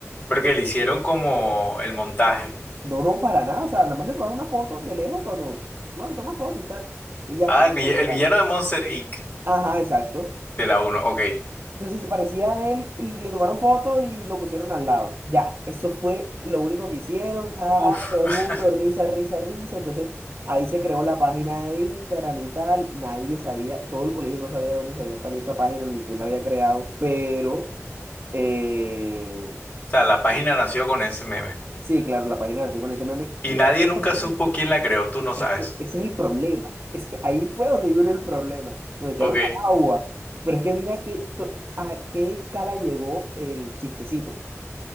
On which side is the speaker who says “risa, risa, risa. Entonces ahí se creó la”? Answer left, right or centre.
Right